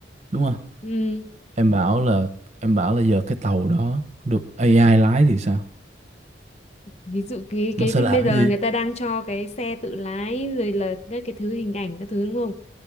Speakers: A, on the right (about 40°); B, on the left (about 35°).
A: đúng không
B: ừ
A: em bảo là em bảo là giờ cái tàu đó được AI lái thì sao
B: ví dụ cái
A: nó
B: cái
A: sẽ
B: bây
A: làm
B: giờ
A: cái gì
B: người ta đang cho cái xe tự lái rồi là các cái thứ hình ảnh các thứ đúng không